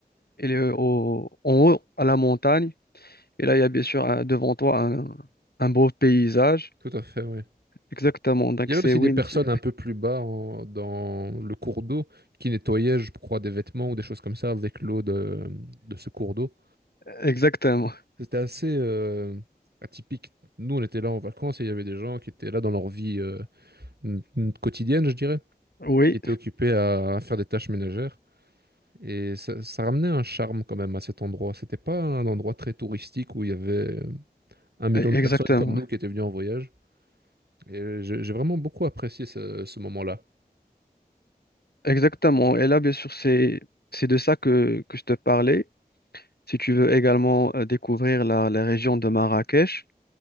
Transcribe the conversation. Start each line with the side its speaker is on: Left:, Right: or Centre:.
Left: elle est au, en haut, à la montagne. Et là, il y a bien sûr un- devant toi un, un beau paysage.
Right: Tout à fait, ouais.
Left: Exactement, donc
Right: Il y avait
Left: c'est
Right: aussi
Left: Win
Right: des personnes
Left: Team.
Right: un peu plus bas en- dans le cours d'eau qui nettoyaient, je crois, des vêtements ou des choses comme ça avec l'eau de, de ce cours d'eau.
Left: Exactement,
Right: C'était assez euh, atypique. Nous, on était là en vacances et il y avait des gens qui étaient là dans leur vie euh, n- n- quotidienne, je dirais,
Left: oui,
Right: qui étaient occupés à, à faire des tâches ménagères. Et ça, ça ramenait un charme quand même à cet endroit. C'était pas un endroit très touristique où il y avait euh, un million
Left: e-
Right: de personnes
Left: exactement,
Right: comme nous qui étaient venues en voyage. Et j'ai j'ai vraiment beaucoup apprécié ce ce moment-là.
Left: exactement. Et là, bien sûr, c'est, c'est de ça que, que je te parlais. Si tu veux également euh, découvrir la la région de Marrakech.